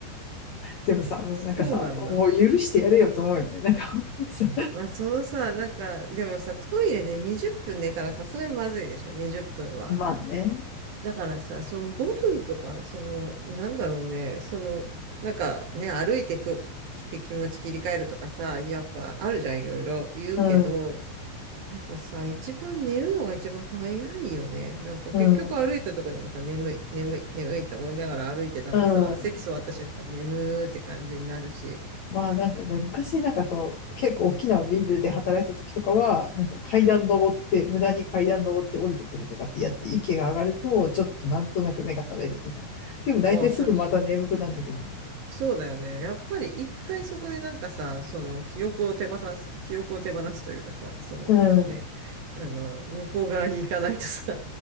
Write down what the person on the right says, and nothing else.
そうなんだ。
まあ、そのさ、なんか、でもさ、トイレで20分寝たらさすがにまずいでしょ。20分は。
だからさ、その5分とか、その、なんだろうね、その、なんかね、歩いてく、って気持ち切り替えるとかさ、やっぱあるじゃん、いろいろ言うけど、
やっぱさ、一番寝るのが一番早いよね。なんか結局歩いたとこでもさ、
眠い、眠い、眠いって思いながら歩いてたらさ、
席座った瞬間眠ーって感じになるし、
う
ああ、それそうだよね。やっぱり一回そこでなんかさ、その記憶を手放す、記憶を手放すというかさ、そのね、
あの、向こう側に行かないとさ、